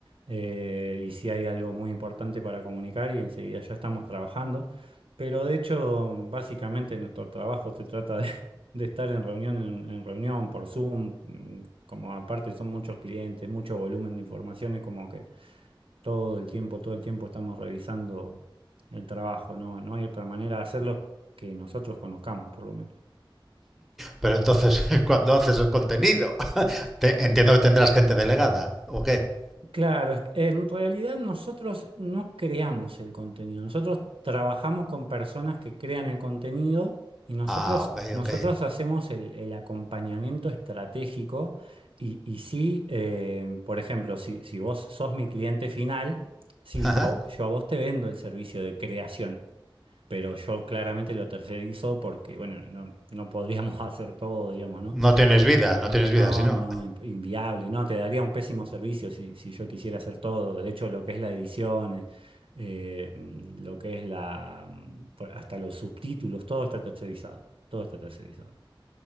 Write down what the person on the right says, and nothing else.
Eh, y si hay algo muy importante para comunicar y enseguida ya estamos trabajando. Pero de hecho, básicamente nuestro trabajo se trata de, <laughs> de estar en reunión, en, en reunión por Zoom, mm, como aparte son muchos clientes, mucho volumen de informaciones, como que todo el tiempo, todo el tiempo estamos revisando el trabajo, no, no hay otra manera de hacerlo que nosotros conozcamos, por lo menos.
Claro, es- en realidad nosotros no creamos el contenido, nosotros trabajamos con personas que crean el contenido y nosotros,
nosotros
hacemos el, el acompañamiento estratégico y, y sí, eh, por ejemplo, si, si vos sos mi cliente final, sí,
yo a vo- yo a vos te vendo el servicio de creación. pero yo claramente lo tercerizo porque, bueno, no, no podríamos <laughs> hacer todo, digamos, ¿no?
No,
no, in- inviable, no, te daría un pésimo servicio si, si yo quisiera hacer todo. De hecho, lo que es la edición, eh, mm, lo que es la, mm, por- hasta los subtítulos, todo está tercerizado, todo está tercerizado.